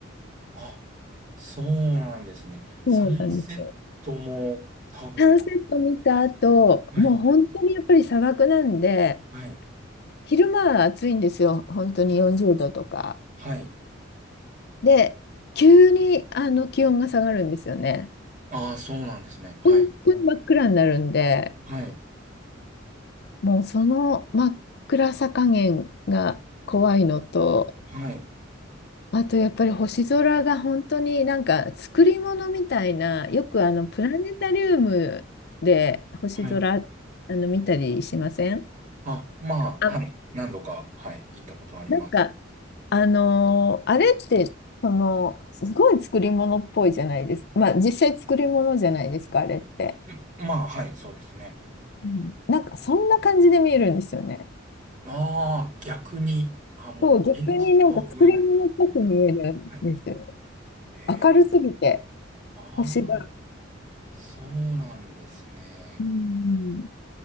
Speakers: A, on the right; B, on the left.
A: あ、そうなんですね。サンセットも多分、
B: そうなんですよサンセット見た後、
A: はい、
B: もう本当にやっぱり砂漠なんで、
A: はい、
B: 昼間は暑いんですよ。本当に40度とか。
A: はい。
B: で、急にあの気温が下がるんですよね。
A: ああ、そうなんですね。はい、
B: 本当に真っ暗になるんで、
A: はい、
B: もうその真っ暗さ加減が怖いのと、
A: はい、
B: あとやっぱり星空が本当になんか作り物みたいな、よくあのプラネタリウムで星空あの見たりしません
A: はい。あ、まあ、
B: あ、
A: はい。何度か、はい、行ったことあります。
B: なんかあのーあれってそのすごい作り物っぽいじゃないですか。まあ実際作り物じゃないですか、あれって。
A: んまあ、はい、そうですね。
B: うんなんかそんな感じで見えるんですよね。
A: ああ、逆に、あ、もう、
B: そう、逆になんか作り物っぽく見えるんですよ。
A: 現実とは覚えないみたいな。はい。へえ、
B: 明るすぎて、
A: ああ、
B: 星が。
A: そうなんですね。
B: うん。